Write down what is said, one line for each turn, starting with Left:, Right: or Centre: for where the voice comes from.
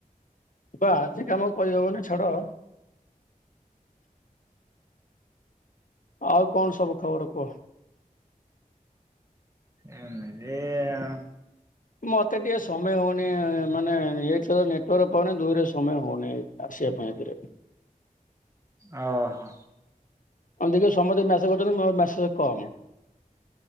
Left: ବା ଆଜି କାମ କରିହଉନି ଛାଡ଼। ଆଉ କଣ ସବୁ ଖବର କୁହ?
Right: ଏମିତି ଆ
Left: ମତେ ଟିକେ ସମୟ ହଉନି ମାନେ ଏଇ ନେଟୱାର୍କ ପାଉନି ଦୁଇରେ ସମୟ ହଉନାଇ ଆସିବା ପାଇଁ ଏଥିରେ।
Right: ଓ ହୋ।
Left: ଆ ଦେଖିବା ସମସ୍ତେ ମେସେଜ କରୁଛନ୍ତି ମୋ ମେସେଜ କମ୍